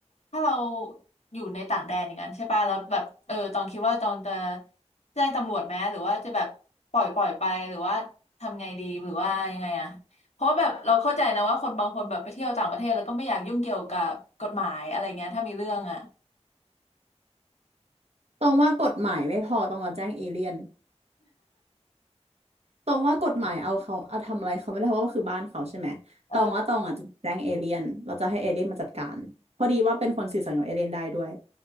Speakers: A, on the left; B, on the right.
A: ถ้าเราอยู่ในต่างแดนอย่างนั้นใช่ป่ะแล้วแบบเออตองคิดว่าตองจะแจ้งตำรวจไหมหรือว่าจะแบบปล่อยปล่อยไปหรือว่าทำไงดีหรือว่ายังไงอะเพราะว่าแบบเราเข้าใจนะว่าคนบางคนแบบไปเที่ยวต่างประเทศแล้วก็ไม่อยากยุ่งเกี่ยวกับกฎหมายอะไรเงี้ยถ้ามีเรื่องอะ
B: ตองว่ากฎหมายไม่พอตองจะแจ้งเอเลี่ยน ตองว่ากฎหมายเอาเขาเอาทำอะไรเขาไม่ได้เพราะว่ามันคือบ้านเขาใช่ไหมตองว่าตองอาจจะแจ้งเอเลี่ยนเราจะให้เอเลี่ยนมาจัดการพอดีว่าเป็นคนสื่อสารกับเอเลี่ยนได้ด้วย
A: เออ